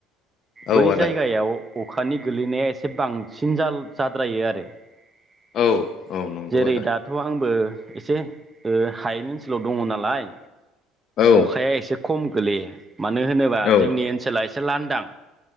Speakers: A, on the left; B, on the right.
A: औ
B: बै
A: आदा
B: जायगायाव अखानि गोलैनाया एसे बांसिन जाद्रायो आरो ।
A: औ औ नंगौ
B: जेरै
A: आदा
B: दाथ' आंबो एसे हायन ओनसोलाव दंङ नालाय
A: औ
B: अखाया एसे खम गोलैयो। मानो होनोबा
A: औ
B: जोंनि ओनसोला एसे लान्दां